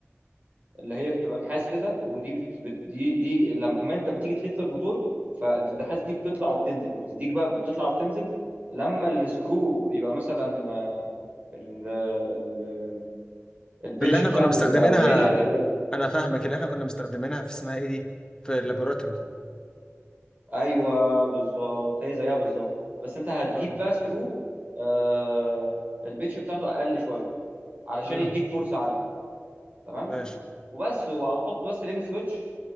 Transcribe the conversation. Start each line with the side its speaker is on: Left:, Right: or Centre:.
Right: اللي هي بتبقى نحاس كده ودي بت... بت... دي دي لما انت بتيجي تلف الموتور فالنحاس دي بتطلع وبتنزل وبتديك بقى بتطلع وبتنزل لما السكرو يبقى مثلا ال... ال... البيتش
Left: اللي احنا
Right: بتاعته
Left: كنا مستخدمينها
Right: تبقى قليله اللي هي
Left: انا فاهمك اللي احنا كنا مستخدمينها في اسمها ايه دي في اللابوراتوري
Right: ايوه بالظبط هي زيها بالظبط بس انت هتجيب
Left: اه
Right: بقى سكرو آه البيتش بتاعته اقل شويه علشان
Left: امم
Right: يديك فرصه عاليه تمام
Left: ماشي
Right: وبس وهتحط بس ليميت سويتش